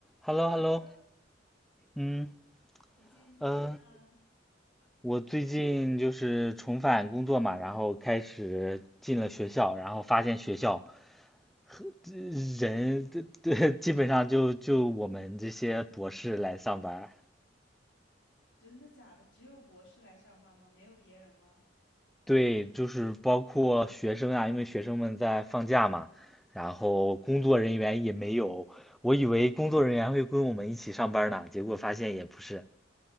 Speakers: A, in the centre; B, on the left (about 70°).
A: h
B: Hello，
A: e l l o h e l l o 嗯
B: 你最近怎么样啊？
A: 呃，我最近就是重返工作嘛，然后开始进了学校，然后发现学校和这人对这基本上就就我们这些博士来上班儿
B: 真的假的？只有博士来上班吗？没有别人吗？
A: 对，就是包括学生啊，因为学生们在放假嘛，然后工作人员也没有，我以为工作人员会跟我们一起上班呢，结果发现也不是。